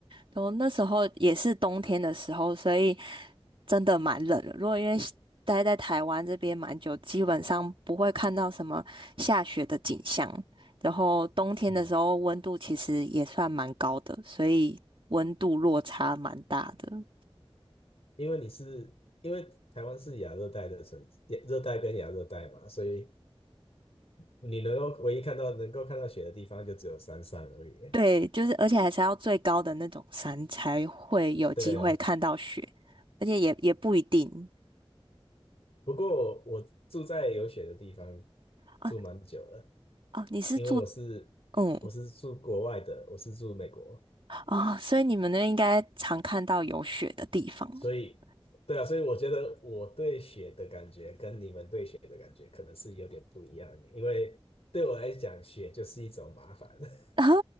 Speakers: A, on the right; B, on the left.
A: 然后那时候也是冬天的时候，所以真的蛮冷的。如果因为待在台湾这边蛮久，基本上不会看到什么下雪的景象。然后冬天的时候，
B: 嗯，
A: 温度其实也算蛮高的，所以温度落差蛮大的。
B: 因为你是因为台湾是亚热带的城，亚热带跟亚热带嘛，所以。你能够唯一看到能够看到雪的地方就只有山上而已。
A: 对，就是而且还是要最高的那种山才会有机会看到雪，
B: 对啊，
A: 而且也也不一定。
B: 不过我住在有雪的地方
A: 啊
B: 住蛮久了，
A: 哦，你是住
B: 因为我是我是住国外的，
A: 嗯
B: 我是住美国，
A: 哦，所以你们那边应该常看到有雪的地方。
B: 所以对啊，
A: <laughs>
B: 所以我觉得我对雪的感觉跟你们对雪的感觉可能是有点不一样，因为对我来讲，雪就是一种麻烦。<laughs>
A: 然后